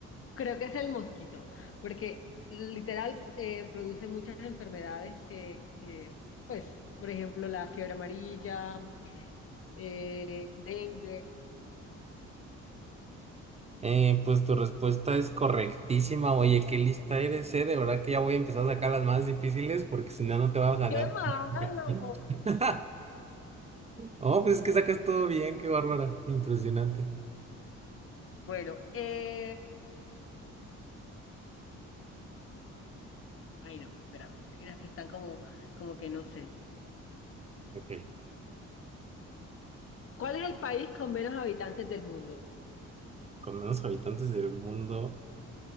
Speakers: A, on the left; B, on the right.
A: Creo que es el mosquito, porque literal eh, produce muchas enfermedades que, que, pues, por ejemplo, la fiebre amarilla, eh, dengue.
B: Eh, pues tu respuesta es correctísima. Oye, qué lista eres, eh. De verdad que ya voy a empezar a sacar las más difíciles porque si no, no te vas a ganar.
A: ¡Qué malo!
B: Ya. <laughs> Oh, pues es que sacas todo bien, qué bárbara. Impresionante.
A: Bueno, eh, ay no, espérame, hay unas que están como, como que no sé.
B: Ok.
A: ¿Cuál es el país con menos habitantes del mundo?
B: Con menos habitantes del mundo.